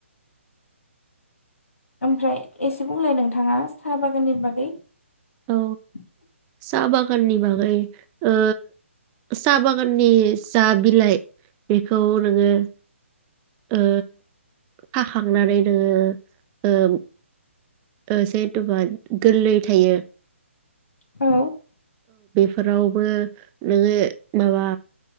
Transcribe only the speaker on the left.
ओमफ्राय एसे बुंलाय नोंथाङा साहा बागाननि बागै। <inaudible>
औ